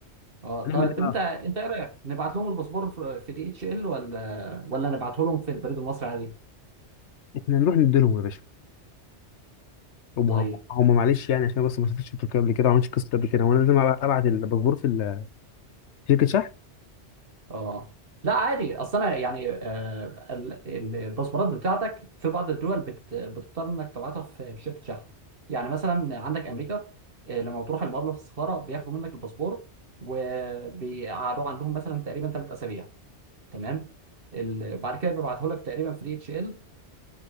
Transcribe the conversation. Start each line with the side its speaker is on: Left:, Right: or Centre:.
Right: اه
Left: هنعمل
Right: طيب
Left: ايه بقى
Right: انت انت ايه رايك نبعت لهم الباسبور في دي اتش ال ولا ولا نبعته لهم في البريد المصري عادي
Left: احنا نروح نديلهم يا باشا هم
Right: طيب
Left: هم معلش يعني عشان بس ما سافرتش تركيا قبل كده ما عملتش قصه قبل كده وانا لازم أبع- ابعت الباسبور في ال- في شركه شحن
Right: اه لا عادي اصل انا يعني آه ال- الباسبورات بتاعتك في بعض الدول بت بتضطر انك تبعتها في في شركه شحن يعني مثلا عندك امريكا آه، لما بتروح المقر في السفاره بياخدوا منك الباسبور وبيقعدوه عندهم مثلا تقريبا ثلاث اسابيع تمام ال- بعد كده بيبعته لك تقريبا فري اتش ال